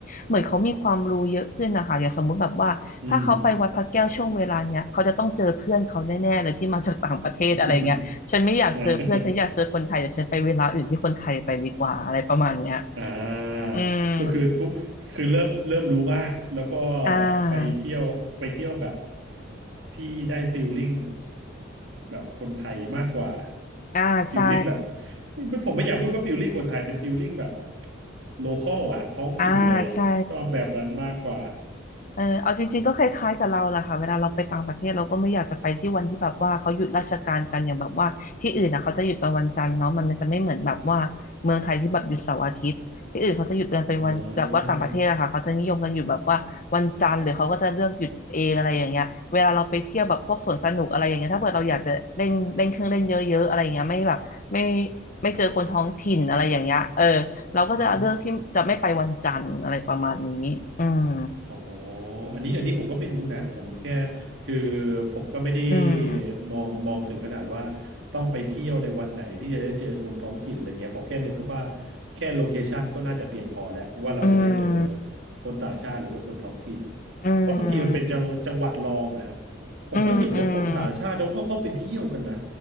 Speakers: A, on the left; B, on the right.
A: เหมือนเขามีความรู้เยอะขึ้นนะคะอย่างสมมุติแบบว่าถ้าเขาไปวัดพระแก้วช่วงเวลาเนี้ยเขาจะต้องเจอเพื่อนเขาแน่ๆเลยที่มาจากต่างประเทศอะไรอย่างเงี้ยฉันไม่อยากเจอเพื่อนฉันอยากเจอคนไทยเดี๋ยวฉันไปเวลาอื่นที่คนไทยไปดีกว่าอะไรประมาณเนี้ย
B: อืม <laughs> อ่าอ่าก็คือทุกคือเริ่มเริ่มรู้มาก
A: อืม
B: แล้วก็
A: อ่า
B: ไปเที่ยวไปเที่ยวแบบที่ได้ฟีลลิ่งแบบคนไทยมากกว่า
A: อ่าใช่
B: ฟีลลิ่งแบบผมไม่อยากพูดว่าฟีลลิ่งคนไทยเป็นฟีลลิ่งแบบโลคอลอะท้องถิ่นเลยอะชอบแบบนั้นมากกว่า
A: อ่าใช่ เออเอาจริงๆก็คล้ายๆกับเราแหละค่ะเวลาเราไปต่างประเทศเราก็ไม่อยากจะไปที่วันที่แบบว่าเขาหยุดราชการกันอย่างแบบว่าที่อื่นอ่ะเขาจะหยุดกันวันจันทร์เนาะมันมันจะไม่เหมือนแบบว่าเมืองไทยที่แบบหยุดเสาร์อาทิตย์ที่อื่นเขาจะหยุดกันเป็นวันแบบว่าต่างประเทศอะค่ะเขาจะนิยมกันหยุดแบบว่าวันจันทร์หรือเขาก็จะเลือกหยุดเองอะไรอย่างเงี้ยเวลาเราไปเที่ยวแบบพวกสวนสนุกอะไรอย่างเงี้ยถ้าเกิดเราอยากจะเล่นเล่นเครื่องเล่นเยอะๆอะไรอย่างเงี้ยไม่แบบไม่
B: อ่า
A: ไม่เจอคนท้องถิ่นอะไรอย่างเงี้ยเออเราก็จะเลือกที่จะไม่ไปวันจันทร์อะไรประมาณนี้อืม
B: อือฮึ อ๋ออันนี้อันนี้ผมก็ไม่รู้นะผมแค่คือผมก็ไม่ได้
A: อืม
B: มองมองถึงขนาดว่าต้องไปเที่ยวในวันไหนที่จะได้เจอคนท้องถิ่นอะไรเงี้ยผมแค่นึกว่าแค่โลเคชันก็น่าจะเพียงพอแล้วว่าเราจะได้เจอ
A: อืม
B: คนต่างชาติหรือว่าคนท้องถิ่น
A: อื
B: เพราะบางทีมันเป็นจังจังหวัดรองอะฮะ
A: ม
B: ผมก็เห็นว่าคนต่างชาติเขาก็เข้าไปเที่ยวกันนะ
A: อืมอืม